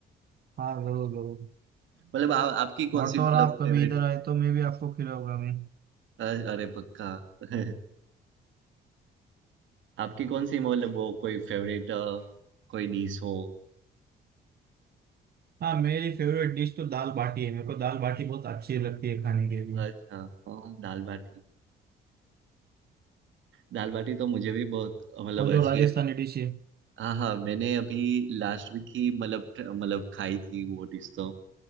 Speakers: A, on the right; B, on the right.
A: हाँ जरूर जरूर
B: मतलब आ, आपकी कौन
A: और
B: सी
A: तो
B: मतलब
A: और आप कभी
B: फेवरेट
A: इधर आए तो मैं भी आपको खिलाऊंगा मैं
B: अरे पक्का <laughs> आपकी कौन सी मतलब वो कोई फेवरेट कोई डिश हो
A: हाँ मेरी फेवरेट डिश तो दाल बाटी है मेरे को दाल बाटी बहुत अच्छी लगती है खाने के लिए
B: अच्छा हाँ दाल बाटी दाल बाटी तो मुझे भी बहुत मतलब
A: और जो
B: अच्छी
A: राजस्थानी
B: है
A: डिश है
B: हाँ हाँ मैंने अभी लास्ट वीक ही मतलब मतलब खाई थी वो डिश तो